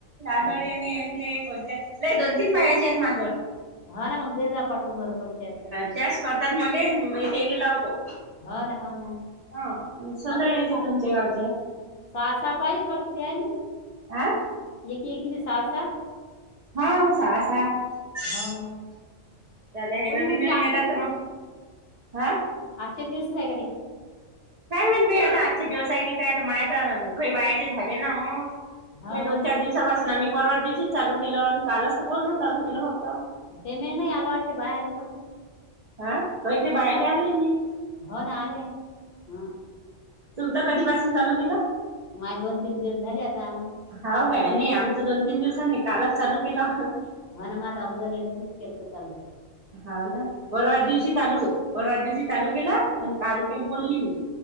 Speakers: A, on the right; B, on the left.
A: आठोडने
B: हो
A: येन ते कोणत्या लय दोन तीन बायाचे आहेत माझं.
B: हा ना मग दे जा पाठवून बरं कोणते असत.
A: त्यास करतात मले मई तेले लावतो.
B: हो ना हो ना.
A: हा मंग सुधड्यायचं
B: असं ते पाच
A: तुमच्या गावच्या.
B: सहा सहा पाहिजेच वाटतं की आहे ना.
A: आं.
B: एकी एकीचे सहा सहा.
A: हा सहा सहा ते
B: हो ना
A: आता हे
B: कोणी
A: नवीन
B: म्हणते
A: नवीन
B: आजच्या
A: येतात तर मग. हा.
B: आजचे दिवसच आहे का ते.
A: काय माहित बाई आता आजचे दिवस आहे की काय मायत खई बायाचे झाले ना हो.
B: हो
A: नाही दोन
B: ना
A: चार दिवसापासून आम्ही परवा दिवशीच चालू केलं कालच तर बोलन चालू केलं फक्त.
B: पेमेंट नाही आलं वाटतं बायले त.
A: हा तैथ बाहेर आलंय नाही.
B: हो ना आले हा.
A: तुमचा कधीपसून चालू केलं.
B: माझ दोन तीन दिवस झाले आता.
A: हा काय नाही आमचं दोन तीन दिवस नाही कालच चालू केलं.
B: हा ना मझ अगोदरल लगेचच के तर चाल.
A: हा ना परवा दिवशी चालू परवा दिवशी चालू केलं आणि काल केलं बोलली मी.